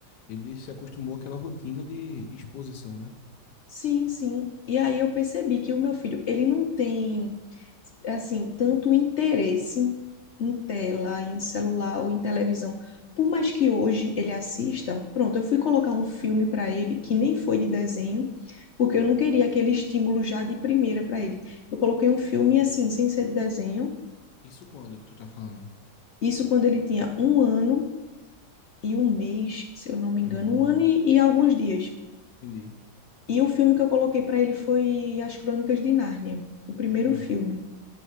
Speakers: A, on the left; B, on the left.
A: Ele se acostumou àquela rotina de exposição, né?
B: sim, sim. E aí eu percebi que o meu filho, ele não tem, assim, tanto interesse em tela, em celular ou em televisão. Por mais que hoje ele assista, pronto, eu fui colocar um filme para ele que nem foi de desenho, porque
A: Hum.
B: eu não queria aquele estímulo já de primeira para ele. Eu coloquei um filme assim, sem ser de desenho.
A: Isso quando que tu tá falando?
B: Isso quando ele tinha um ano e um mês, se eu não me
A: Hum,
B: engano, um ano e, e alguns dias.
A: entendi.
B: E o filme que eu coloquei pra ele foi As Crônicas de Nárnia, o primeiro
A: Hum.
B: filme.